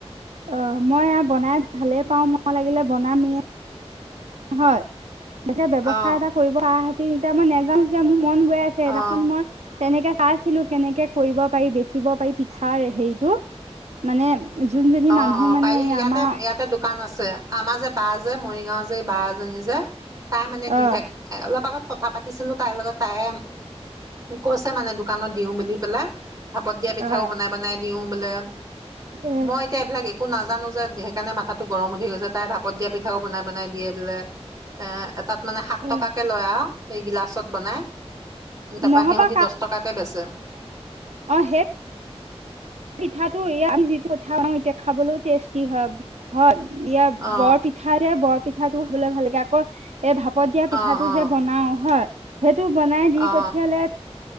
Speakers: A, on the right; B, on the right.
A: অ মই আৰু বনাই ভালেই পাও মই লাগিলে বনামেই হয় তেনেকে ব্যৱসায়
B: অ
A: এটা কৰিব পৰা হ'লে তিনিট মান নাযাওঁ যে ম মন গৈ আছে এেইনাখন
B: অ
A: মই তেনেকে খাইছিলো কেনেকে কৰিব পাৰি বেচিব পাৰি পিঠাৰে হেৰিতটো মানে যোনজনী
B: অ
A: মানুহ
B: অ
A: মানে
B: পাৰি
A: এই
B: ইয়াতে
A: আমাৰ
B: ইয়াতে দোকান আছে আমাৰ যে বাহ যে মৰিগাঁও যে বাজনী যে তাই মানে দি
A: অ'।
B: থাক অলপ আগত কথা পাতি ছিলো তাইৰ লগত তাইে কৈছে মানে দোকানত দিওঁ বুলি পেলাই ভাপত দিয়া পিঠাও
A: আহ
B: বনাই বনাই দিওঁ বোলে
A: আহ
B: মই এতিয়া এইবিলাক একো নাজানো যে সেইকাৰণে মাথাাতটো গৰম উঠি গৈছে তাই ভাপত দিয়া পিঠাও বনাই বনাই দিয়ে বোলে এ এটাত মানে সাত
A: আহ
B: টকাকে লয় আৰু সেই গিলাচত বনাই তাৰপা
A: নহবা
B: সিহতি দহ টকাকে বেচে
A: হে পিঠাটোঠা এতিয়া খাবলৈও টেষ্টি হয় হয় ইয়া
B: অ
A: বৰ পিঠা যে বৰ পিঠাটো খাবলৈ ভাল লাগে আকৌ এই ভাপত দিয়া পিঠাটো,
B: অ অ
A: যে বনাও হয়। সেইটো বনাই দি
B: অ
A: পঠিয়ালে